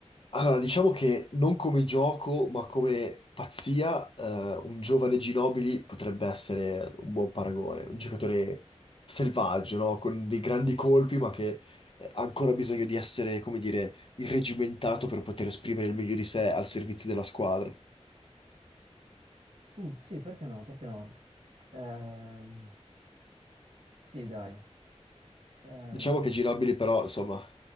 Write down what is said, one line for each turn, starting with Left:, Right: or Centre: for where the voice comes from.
Left: allora, diciamo che non come gioco, ma come pazzia, eh, un giovane Ginobili potrebbe essere un buon paragone, un giocatore selvaggio, no? Con dei grandi colpi, ma che eh, ha ancora bisogno di essere, come dire, irregimentato per poter esprimere il meglio di sé al servizio della squadra.
Right: Mm, sì, perché no? Perché no? Ehm, sì, dai. Eh,
Left: Diciamo che Ginobili però, insomma,